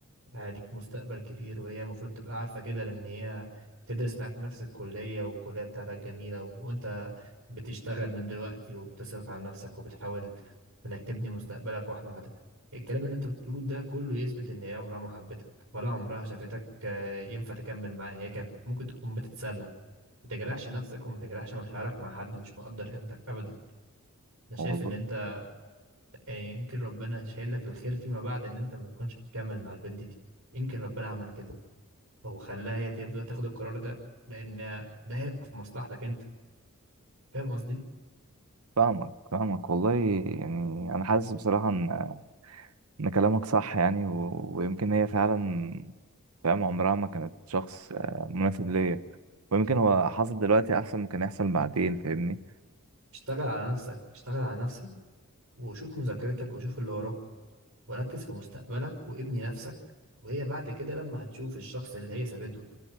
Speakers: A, on the right (about 65°); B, on the right (about 85°).
A: عليك مستقبل كبير وهي المفروض تبقى عارفه كده لان هي تدرس معاك نفس الكليه والكليه بتاعتك جميله وانت بتشتغل من دلوقتي وبتصرف على نفسك وبتحاول انك تبني مستقبلك واحده واحده الكلام اللي انت بتقوله ده كله يثبت ان هي عمرها ما حبتك ولا عمرها شافتك آه، ينفع تكمل معاها هي كانت ممكن تكون بتتسلى ما تجرحش نفسك وما تجرحش مشاعرك مع حد مش مقدر قيمتك ابدا انا شايف
B: والله
A: ان انت يعني يمكن ربنا شايل لك الخير فيما بعد ان انت ما تكونش بتكمل مع البنت دي يمكن ربنا عمل كده او خلاها هي تبدا تاخد القرار ده لان ده هيبقى في مصلحتك انت فاهم قصدي
B: فاهمك فاهمك والله يعني انا حاسس بصراحه ان ان كلامك صح يعني و... ويمكن هي فعلا فاهم عمرها ما كانت شخص آه، مناسب ليا ويمكن هو حصل دلوقتي احسن ما كان يحصل بعدين فاهمني
A: اشتغل على نفسك اشتغل على نفسك وشوف مذاكرتك وشوف اللي وراك وركز في مستقبلك وابني نفسك وهي بعد كده لما هتشوف الشخص اللي هي سابته